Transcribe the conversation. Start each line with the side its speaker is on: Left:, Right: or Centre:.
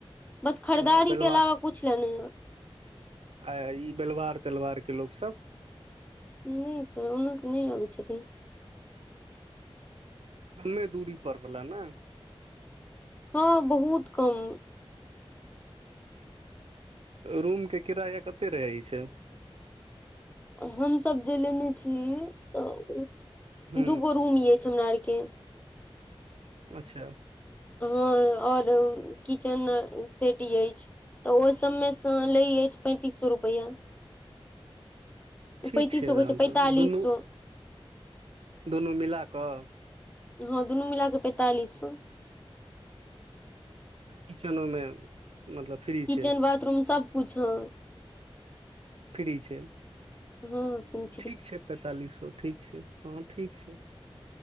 Left: बस खरीदारी
Right: एम्हर बेलवार
Left: के अलावा कुछ लेऽ न
Right: आ ई बेलवार तेलवारके लोक सभ
Left: निशी तऽ ऑन नहि अबैत छथिन
Right: कमे दूरी पर भले न
Left: ह बहुत कम
Right: रूम के किराया कते रहै छै
Left: हमसभ जे लेने छी तऽ
Right: ह
Left: दुगो रूम अछि हमरा आर के
Right: अच्छा।
Left: हँ आओर किचेन सेट अछि ओह सबमे से लै अछि पैंतीस सए रुपैआ
Right: ठीक
Left: पैंतीस
Right: छै
Left: सए कहै
Right: तहनतऽ
Left: पैंतालिस
Right: दुनू
Left: सए
Right: दुनू मिलाकऽ।
Left: हँ दुनू मिल कऽ पैंतालिस सए
Right: अच्छा किचनो मे मतलब। फ्री
Left: किचेन
Right: छै
Left: बाथरूम सबकुछ हँ
Right: फ्री छै
Left: हँ सु
Right: ठीक छै पैंतालिसो ठीक छै हँ ठीक छै